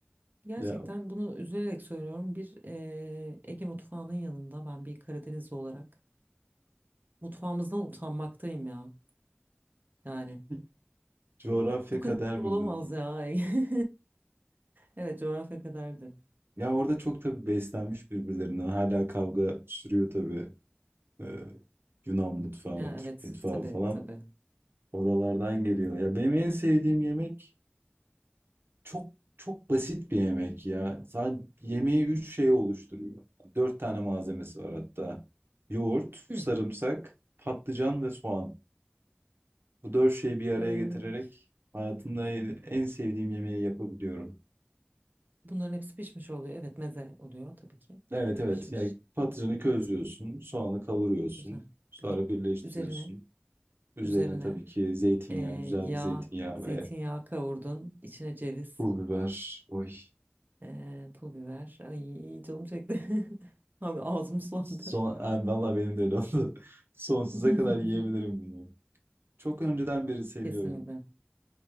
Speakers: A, on the right (about 50°); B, on the right (about 65°).
A: Gerçekten
B: Ya
A: bunu üzülerek söylüyorum. Bir eee, Ege mutfağının yanında ben bir Karadenizli olarak mutfağımızdan utanmaktayım ya. Yani
B: <laughs> coğrafya
A: bu kadar
B: kader
A: iyi
B: midir?
A: olamaz ya. <laughs> Evet, coğrafya kadardı.
B: Ya orada çok tabii beslenmiş birbirlerinden. Hala kavga sürüyor tabii. Ee, Yunan mutfağı,
A: Ya,
B: Türk
A: evet,
B: mutfağı
A: tabii
B: falan.
A: tabii.
B: Oralardan geliyor. Ya benim en sevdiğim yemek çok çok basit bir yemek ya. Sadece yemeği üç şey oluşturuyor. Dört tane malzemesi var hatta. Yoğurt,
A: Hı.
B: sarımsak, patlıcan ve soğan. Bu dört şeyi bir araya
A: Ee,
B: getirerek hayatımda en sevdiğim yemeği yapabiliyorum.
A: bunların hepsi pişmiş oluyor. Evet, meze oluyor tabii ki.
B: Evet
A: Ve
B: evet.
A: pişmiş
B: Yani patlıcanı
A: bir
B: közlüyorsun,
A: meze.
B: soğanı kavuruyorsun,
A: Güzel,
B: sonra
A: güzel.
B: birleştiriyorsun.
A: Üzerine,
B: Üzerine
A: üzerine
B: tabii ki zeytinyağı,
A: ee,
B: güzel
A: yağ,
B: bir zeytinyağı
A: zeytinyağı
B: ve
A: kavurdun. İçine ceviz,
B: pul biber. Oy.
A: ee, pul biber. Ay canım çekti. <laughs> Abi ağzım sulandı.
B: Son, abi valla benim de öyle oldu. <laughs> Sonsuza
A: <laughs>
B: kadar yiyebilirim bunu. Çok önceden beri seviyorum.
A: Kesinlikle.